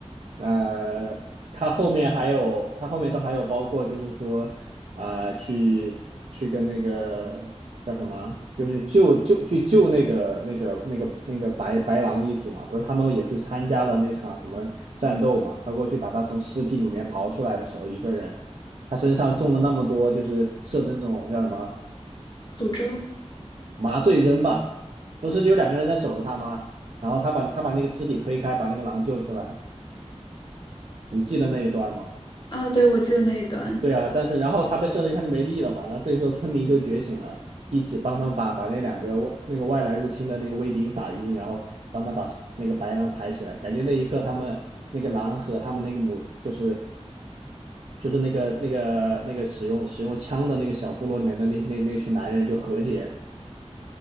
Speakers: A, on the right; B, on the left.
A: 呃，他后面还有，他后面都还有包括，就是说啊、去去跟那个叫什么，就是救救去救那个那个那个那个白白狼一族嘛，不是他们也去参加了那场什么战斗嘛？他过去把他从尸体里面刨出来的时候，一个人他身上中了那么多，就是射的那种叫什么
B: 诅咒
A: 麻醉针吧？不是有两个人在守着他吗？然后他把他把那个尸体推开，把那个狼救出来，你记得那一段吗？
B: 啊，对，我记得那一段。
A: 对啊，但是然后他被设一他就没力了嘛。然后这个时候村民就觉醒了，一起帮他们把把那两个那个外来入侵的那个卫兵打晕，然后帮他把那个白狼抬起来。感觉那一刻，他们那个狼和他们那个母就是就是那个那个那个使用使用枪的那个小部落里面的那那那群男人就和解。